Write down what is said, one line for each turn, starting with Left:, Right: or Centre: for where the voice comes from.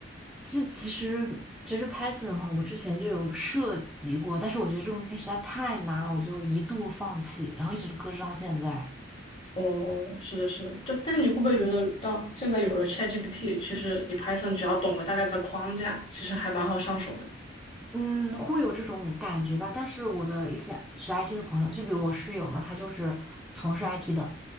Centre: 这其实其实 Python 的话，我之前就有涉及过，但是我觉得这种东西实在太难了，我就一度放弃，然后一直搁置到现在。
Left: 哦，是的，是的，对。但是你会不会觉得到现在有了 ChatGPT，其实你 Python 只要懂个大概的框架，其实还蛮好上手的。
Centre: 嗯，会有这种感觉吧。但是我的一些学 IT 的朋友，就比如我室友嘛，他就是从事 IT 的。